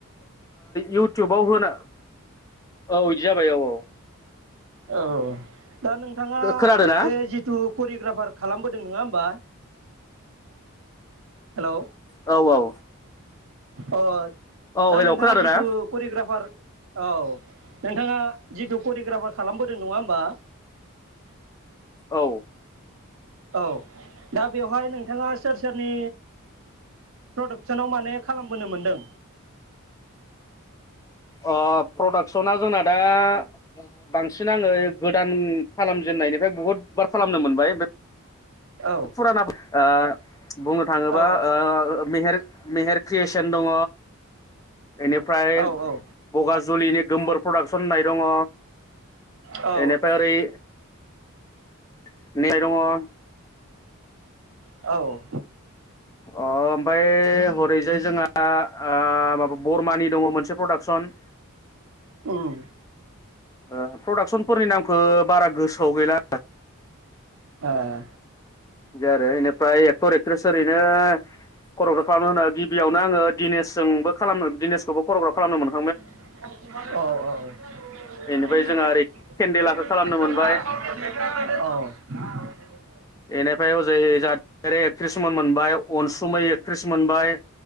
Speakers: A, on the left; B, on the right.
A: इउटउबाव होनो औ इदि जाबाय औ औ
B: औ दा नोंथांङा
A: खोनादों ना
B: बे जिथु करियग्राफार खालामबोदों नंङा होमबा हेलौ
A: औ औ
B: अ
A: औ
B: दा
A: हेल'
B: नोंथांङा
A: खोनादों
B: जिथु
A: ना
B: करियग्राफार औ नोंथांङा जिथु करियग्राफार खालामबोदों नंङा होमबा
A: औ
B: औ दा बेवहाय नोंथांङा सोर सोरनि प्रडाक्सनाव माने खालामबोनो मोनदों।
A: अ प्रडाक्सना जोंना दा ओ बांसिन आङो गोदान खालामजेननायनिफ्राय बहुद बार खालामनो मोनबाय <unintelligible>
B: औ
A: फुरानाब आ बुंनो थाङोबा
B: औ
A: ओ मेहेर मेहेर क्रियेसन दङ इनिफ्राय-
B: औ
A: बगाजुलिनि गोमबोर प्रडाक्सन होननाय दङ
B: औ
A: इनिफ्राय ओरै <unintelligible>
B: औ
A: अ ओमफाय बे हरैजाय जोंहा आ बरमानि दङ मोनसे प्रडाक्सन
B: उम
A: ओ प्रडाकसन- फोरनि नामखो बारा गोसोआव गैला।
B: ओ
A: आरो इनिफ्राय एक्टर एक्ट्रेस ओरैनो खौरां खालामनो होना बि बेयावनो आङो दिनेशजोंबो खालामनो दिनेसखौबो खरग्राफ खालामनो मो
B: अ अ
A: बेनिफ्राय जोंहा ओरै केन्देलाखौ
B: अ
A: खालामनो मोनबाय
B: औ
A: इनिफ्राय अजै जेर एक्ट्रिस मोनबाय अनसुमै एक्ट्रिस मोनबाय